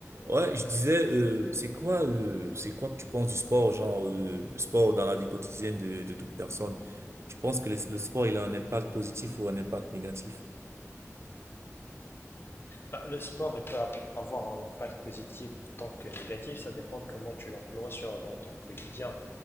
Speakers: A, on the right (about 55°); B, on the left (about 45°).
A: Ouais, je disais, euh, c'est quoi, euh, c'est quoi que tu penses du sport, genre euh, le sport dans la vie quotidienne de, de toute personne? Tu penses que le, le sport, il a un impact positif ou un impact négatif?
B: Bah, le sport, il peut ap- avoir un impact positif tant que négatif. Ça dépend de comment tu l'emploies sur, dans ton quotidien.